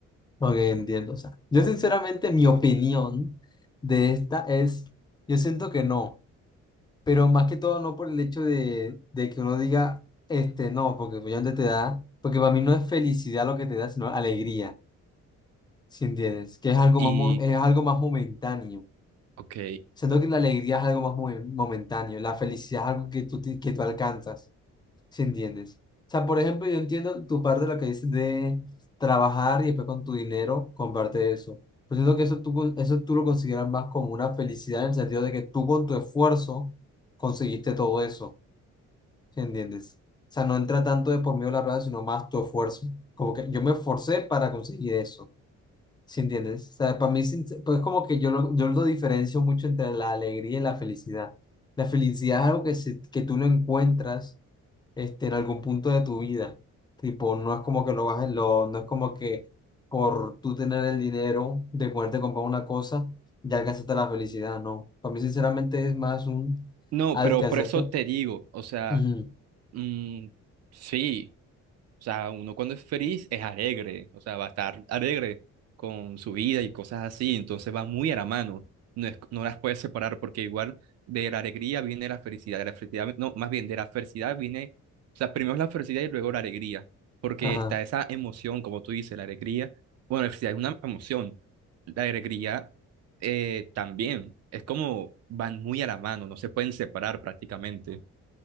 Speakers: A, on the left; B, on the right.
A: ok, entiendo. O sea, yo sinceramente mi opinión de esta es, yo siento que no, pero más que todo no por el hecho de, de que uno diga, este, no, porque obviamente te da, porque para mí no es felicidad lo que te da, sino alegría, si entiendes? Que es algo
B: Y,
A: más, mo- es algo más momentáneo.
B: ok,
A: Siento que la alegría es algo más mo- momentáneo, la felicidad es algo que tú, te- que tú alcanzas. si entiendes. O sea, por ejemplo, yo entiendo tu parte de lo que dices de trabajar y después con tu dinero comparte eso. Pero siento que eso tú, con- eso tú lo consideras más como una felicidad en el sentido de que tú con tu esfuerzo conseguiste todo eso, si entiendes. O sea, no entra tanto de por medio de la plata, sino más tu esfuerzo. Como que yo me esforcé para conseguir eso, si entiendes. O sea, para mí sin- pues como que yo lo, yo lo diferencio mucho entre la alegría y la felicidad. La felicidad es algo que, se- que tú lo encuentras este, en algún punto de tu vida. Tipo, no es como que lo vas a- lo, no es como que por tú tener el dinero de poderte comprar una cosa, ya alcanzaste la felicidad, no. Para mí, sinceramente, es más un
B: no,
A: alcanzarte
B: pero por eso te digo, o sea,
A: ujú,
B: mm, sí, O sea, uno cuando es feliz es alegre, o sea, va a estar alegre con su vida y cosas así, entonces va muy a la mano. No, es- no las puedes separar porque igual de la alegría viene la felicidad, de la felicidad, no, más bien de la felicidad viene, o sea, primero es la felicidad y luego la alegría, porque
A: Ajá.
B: está esa emoción, como tú dices, la alegría, bueno, la felicidad es una emoción, la alegría eh, también, es como van muy a la mano, no se pueden separar prácticamente.